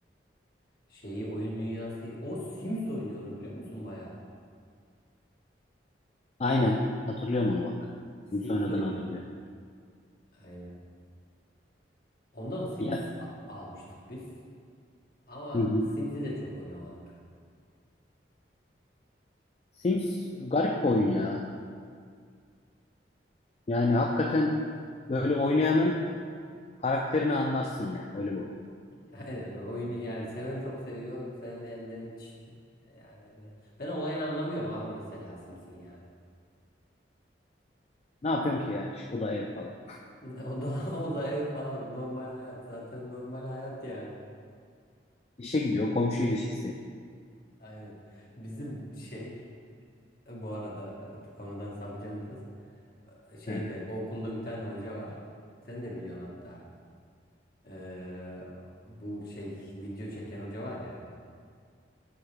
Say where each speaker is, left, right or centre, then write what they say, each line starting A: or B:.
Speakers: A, on the left; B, on the left.
A: şeyi oyun dünyası o Sims oynuyordu biliyor musun baya?
B: Aynen hatırlıyorum onu bak. Sims
A: Sims
B: oynadığını
A: oynuyordu.
B: hatırlıyorum.
A: Aynen. Ondan Sims
B: Ya,
A: a- almıştık biz. Ama
B: hı hı.
A: Sims'i de çok oynamadık.
B: Sims garip bir oyun ya. Yani hakikaten böyle oynayanın karakterini anlarsın yani öyle bir oyun.
A: <laughs> Aynen oyunu yani seven çok seviyor, sevmeyen de hiç yani ben ben olayını anlamıyorum abi mesela Sims'in yani.
B: Ne yapıyorsun ki yani? İşte o da ev falan.
A: <laughs> O da o da ev falan normal hayat zaten normal hayat yani.
B: İşe gidiyor komşu ilişkisi.
A: Aynen. Bizim şey bu arada e, konudan sapacağım biraz. E, Şeyde
B: He.
A: okulda bir tane hoca var. Sen de biliyorsun hatta. Ee, bu şey video çeken hoca var ya.